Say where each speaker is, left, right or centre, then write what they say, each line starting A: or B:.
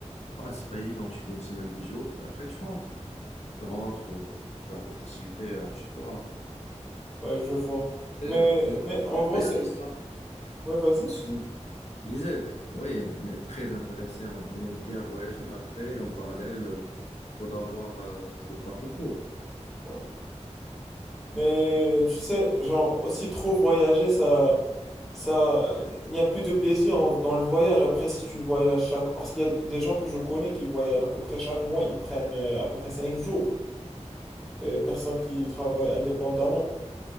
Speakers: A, on the left (about 65°); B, in the centre.
A: Ouais, c'est pas évident, tu fais une semaine, 10 jours, et après tu rentres. Tu rentres, euh, faire d'autres activités euh, chez toi.
B: Ouais, je vois.
A: Et
B: Mais,
A: euh, Les,
B: mais en
A: les
B: gros,
A: voyages,
B: c'est...
A: ils
B: Ouais, vas-y.
A: sont... Je disais, oui, on est très intéressé, on, on aime bien voyager, mais après, en parallèle, euh, il faudra avoir euh, le paquet pour.
B: Ouais. Mais tu sais, genre, aussi trop voyager, ça... ça il n'y a plus de plaisir en- dans le voyage après si tu voyages chaque... Parce qu'il y a des gens que je connais qui voyagent à peu près chaque mois, ils prennent euh, à peu près 5 jours. des personnes qui travaillent indépendamment.